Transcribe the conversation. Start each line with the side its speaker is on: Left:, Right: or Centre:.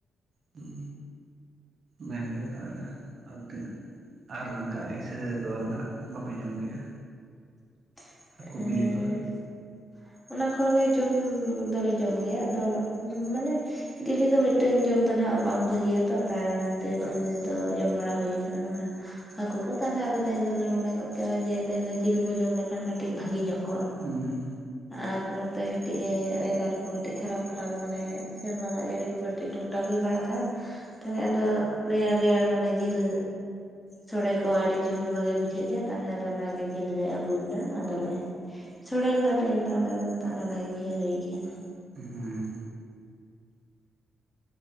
Right: ᱦᱩᱸ ᱵᱷᱟᱜᱮ ᱜᱮ ᱛᱟᱦᱚᱞᱮ ᱟᱨ ᱪᱮᱫ? ᱟᱨ ᱚᱱᱠᱟ ᱤᱥᱟᱹ ᱠᱚ ᱱᱟᱦᱟᱜ ᱵᱟᱯᱮ ᱡᱚᱢ ᱜᱮᱭᱟ?
Left: <inaudible>
Right: ᱦᱟᱹᱠᱩ ᱵᱤᱞᱤ ᱠᱚ?
Left: ᱚᱱᱟ ᱠᱚᱦᱚᱸᱮ ᱡᱚᱢ ᱫᱚᱞᱮ ᱡᱚᱢ ᱜᱮᱭᱟ ᱟᱫᱚ ᱢᱟᱱᱮ ᱰᱮᱞᱤ ᱫᱚ ᱢᱤᱫᱴᱮᱱ ᱡᱚᱢ ᱫᱚ ᱱᱟᱦᱟᱜ ᱵᱟᱝ ᱵᱷᱟᱹᱜᱮᱭᱟᱛᱚ ᱛᱟᱭ ᱚᱱᱟ ᱠᱷᱛᱤᱨ ᱩᱱᱫᱤᱱ ᱫᱚ ᱡᱚᱢ ᱵᱟᱲᱟ ᱦᱩᱭ ᱠᱟᱱᱟ᱾ ᱦᱟᱹᱠᱩ ᱠᱚ ᱛᱟᱦᱮᱸᱟᱦ ᱠᱷᱡ ᱟᱫᱚ ᱛᱮᱦᱮᱧ ᱫᱚᱞᱮ ᱢᱚᱱᱮ ᱜᱚᱫ ᱠᱮᱫᱟ ᱡᱮ ᱛᱮᱦᱮᱧ ᱫᱚ ᱡᱤᱞ ᱵᱚᱱ ᱡᱚᱢ ᱞᱮᱠᱷᱟᱱ ᱠᱟᱹᱴᱤᱡ ᱠᱟᱹᱴᱤᱡ ᱵᱷᱟᱜᱮ ᱧᱚᱜ ᱠᱚᱜᱼᱟ᱾
Right: ᱦᱩᱸ
Left: ᱟᱨ ᱱᱚᱛᱮ ᱠᱟᱹᱴᱤᱡ ᱚᱭᱮᱫᱟᱨ ᱠᱚ ᱠᱟᱹᱴᱤᱡ ᱠᱷᱟᱨᱟᱯ ᱠᱷᱟᱨᱟᱯ ᱢᱟᱱᱮ ᱥᱮᱨᱢᱟ ᱫᱟᱜ ᱡᱟᱹᱲᱤ ᱠᱚ ᱠᱟᱹᱴᱤᱡ ᱴᱩ <inaudible> ᱵᱟᱲᱟᱜᱼᱟ ᱛᱟᱦᱞᱮ ᱟᱫᱚ ᱨᱮᱭᱟᱲ ᱨᱮᱭᱟᱲ ᱢᱟᱱᱮ ᱡᱤᱞᱼᱼ ᱥᱚᱲᱮ ᱠᱚ ᱟᱹᱰᱤ ᱡᱳᱨ ᱵᱷᱟᱜᱤ ᱵᱩᱡᱷᱟᱹᱜ ᱜᱮᱭᱟ ᱛᱟᱦᱞᱮ ᱟᱫᱚ ᱚᱱᱟ ᱜᱮ ᱡᱤᱞ ᱞᱮ ᱟᱹᱜᱩ ᱞᱮᱫᱟ᱾ ᱟᱫᱚ ᱞᱮ ᱥᱚᱲᱮ ᱞᱮᱫᱟ ᱛᱮᱦᱮᱧ ᱫᱚ ᱟᱞᱮ ᱫᱚ ᱛᱟᱞᱮ ᱵᱷᱟᱜᱤ ᱜᱮ ᱦᱩᱭ ᱠᱟᱱᱟ᱾
Right: ᱦᱩᱸ᱾